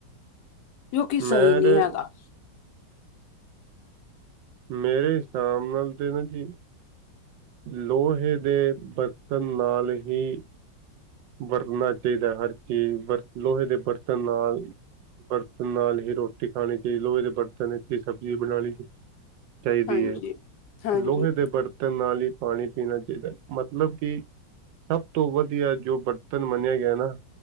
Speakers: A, on the left; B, on the right.
A: ਜੋ ਕਿ ਸਹੀ
B: ਮੇਰੇ
A: ਨੀ ਹੈਗਾ।
B: ਮੇਰੇ ਹਿਸਾਬ ਨਾਲ ਤੇ ਨਾ ਜੀ ਲੋਹੇ ਦੇ ਬਰਤਨ ਨਾਲ ਹੀ ਵਰਨਾ ਚਾਈਦਾ। ਹਰ ਚੀਜ਼ ਵਰਤ ਲੋਹੇ ਦੇ ਬਰਤਣ ਨਾਲ ਬਰਤਨ ਨਾਲ ਹੀ ਰੋਟੀ ਖਾਣੀ ਚਾਹੀ ਲੋਹੇ ਦੇ ਬਰਤਨ ਵਿੱਚ ਹੀ ਸਬਜ਼ੀ ਬਣਾਣੀ ਚਾਈਦੀ
A: ਹਾਂਜੀ
B: ਏ।
A: ਹਾਂਜੀ
B: ਲੋਹੇ ਦੇ ਬਰਤ ਤਨ ਨਾਲ ਈ ਪਾਣੀ ਪੀਣਾ ਚਾਹੀਦਾ। ਮਤਲਬ ਕਿ ਸਭ ਤੋਂ ਵਧੀਆ ਜੋ ਬਰਤਨ ਮੰਨਿਆ ਗਿਆ ਐ ਨਾ।